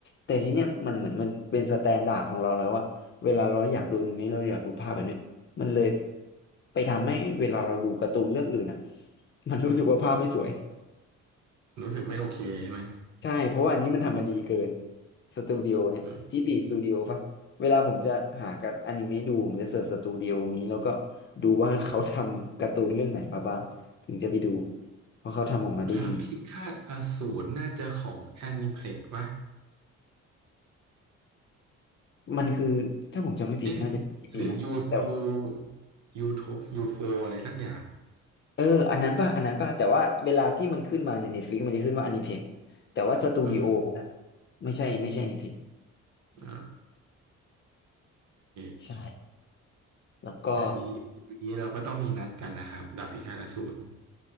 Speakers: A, on the left; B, on the right.
A: แต่ทีเนี้ยมันเหมือนมันเป็นสแตนดาร์ดของเราแล้วอะเวลาเราอยากดูอนิเมะเราอยากดูภาพแบบเนี้ยมันเลยไปทำให้เวลาเราดูการ์ตูนเรื่องอื่นอะมันรู้สึกว่าภาพไม่สวย
B: รู้สึกไม่โอเคใช่ไหม
A: ใช่เพราะว่าอันนี้มันทำมาดีเกินสตูดิโอเนี่ยจิบีสตูดิโอป่ะเวลาผมจะหากับอนิเมะดูผมจะเสิร์ชสตูดิโอนี้แล้วก็
B: อืม
A: ดูว่าเขาทำการ์ตูนเรื่องไหนมาบ้างถึงจะไปดูเพราะเขาทำออกมาได้ดี
B: ดาบพิฆาตอสูรน่าจะของแอนิเพล็กปะ
A: มันคือถ้าผมจำไม่ผิดน่าจะเป็นจิบีนะแต่ว่า
B: เอ๊ะหรือยูยูยูโทยูโฟอะไรสักอย่าง
A: เอออันนั้นป่ะอันนั้นป่ะแต่ว่าเวลาที่มันขึ้นมาใน Netflix มันจะขึ้นว่าอนิเพ็กแต่ว่าสตูดิโอนะ
B: อืม
A: ไม่ใช่ไม่ใช่อนิเพ็ก
B: อ่าโอเค
A: ใช่แล้วก็
B: แบบนี้ปีนี้เราก็ต้องมีนัดกันนะครับดาบพิฆาตอสูร